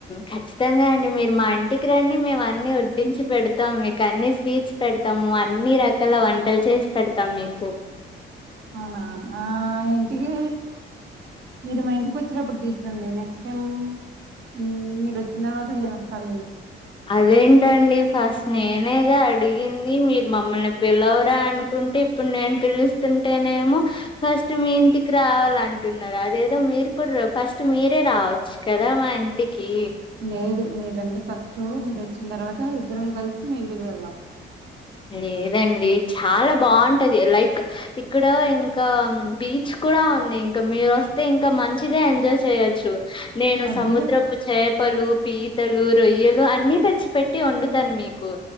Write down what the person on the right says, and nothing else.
అవునా ఆ ఇంటికి మీరు మా ఇంటికి వచ్చినప్పుడు తీసుకురండి నెక్స్ట్ టైం ఉమ్ మీరు వచ్చిన తర్వాత నేను వస్తాను మీకు
లేదు రండీ ఫస్ట్ మీరు వచ్చిన తర్వాత ఇద్దరం కలిసి మీ ఇంటికి వెళ్దాం
అదే